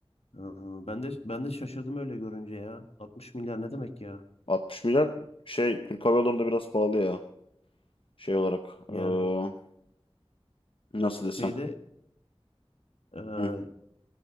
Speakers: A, on the left; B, on the left.
A: Aa, ben de ben de şaşırdım öyle görünce ya. 60 milyar ne demek ya?
B: 60 milyar şey Türk Hava Yolları'nda biraz pahalı ya. Şey olarak
A: Yani
B: eee, nasıl desem.
A: şeyde e,
B: Hı.